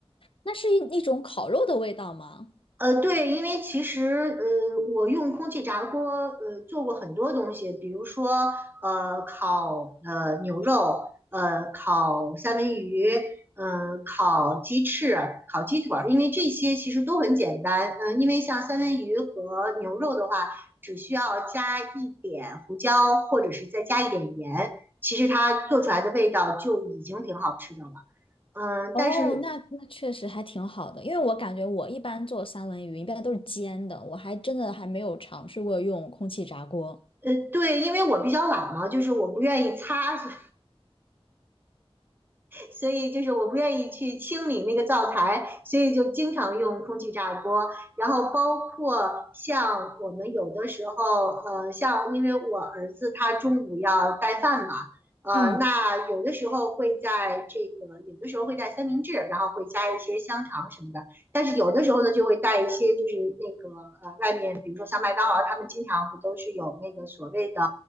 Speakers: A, on the left; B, on the right.
A: 那是一一种烤肉的味道吗？
B: 呃，对，因为其实呃，我用空气炸锅呃做过很多东西，比如说呃烤呃牛肉，呃烤三文鱼，呃，烤鸡翅、烤鸡腿儿，因为这些其实都很简单。嗯、因为像三文鱼和牛肉的话，只需要加一点胡椒，或者是再加一点盐，其实它做出来的味道就已经挺好吃的了。嗯、
A: 哦，
B: 但是
A: 那那确实还挺好的，因为我感觉我一般做三文鱼一般都是煎的，我还真的还没有尝试过用空气炸锅。
B: 呃，对，因为我比较懒嘛，就是我不愿意擦，所所以就是我不愿意去清理那个灶台，所以就经常用空气炸锅。然后包括像我们有的时候，呃，像因为我儿子他中午要带饭嘛，呃，
A: 嗯
B: 那有的时候会在这个，有的时候会带三明治，然后会加一些香肠什么的。但是有的时候呢，就会带一些就是那个呃，外面比如说像麦当劳，他们经常不都是有那个所谓的